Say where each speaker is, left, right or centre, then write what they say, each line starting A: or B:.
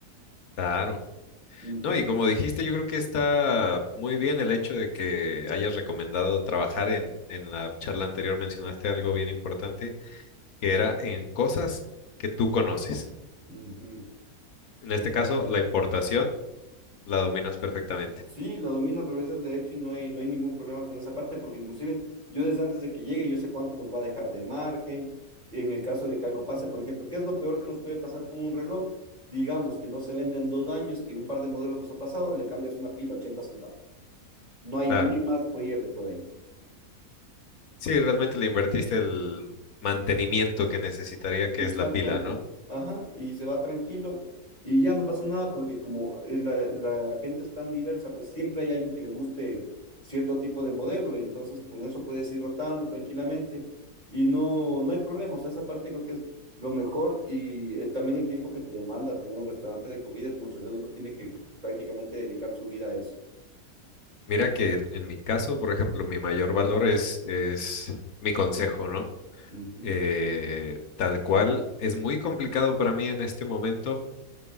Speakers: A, on the left (about 70°); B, on the right (about 25°).
A: claro.
B: Uh -huh,
A: No, y como dijiste, yo creo que está muy bien el hecho de que hayas recomendado trabajar en, en la charla anterior, mencionaste algo bien importante, que era en cosas que tú conoces.
B: uh -huh.
A: En este
B: Exactamente.
A: caso, la importación la dominas perfectamente.
B: Sí, lo domino al revés del derecho y no hay, no hay ningún problema con esa parte, porque inclusive yo desde antes de que llegue, yo sé cuánto nos va a dejar de margen en el caso de que algo pase, por ejemplo, ¿qué es lo peor que nos puede pasar con un reloj? Digamos que no se venda en dos años, que un par de modelos nos ha pasado, le cambias una pila, 80 centavos. No hay,
A: Claro.
B: no hay más pierde por ahí.
A: Sí, realmente le invertiste el mantenimiento que necesitaría, que
B: Exactamente.
A: es la pila, ¿no?
B: Ajá, y se va tranquilo y ya no pasa nada porque como es la, la gente es tan diversa, pues siempre hay alguien que le guste cierto tipo de modelo y entonces con eso puedes ir rotando tranquilamente y no, no hay problemas. O sea, esa parte creo que es lo mejor y eh, también el tiempo que te demanda tener un restaurante de comida es mucho. O sea, uno tiene que prácticamente dedicar su vida a eso.
A: Mira que en, en mi caso, por ejemplo, mi mayor valor es, es mi consejo, ¿no?
B: Ujú,
A: Eh, tal cual, es muy complicado para mí en este momento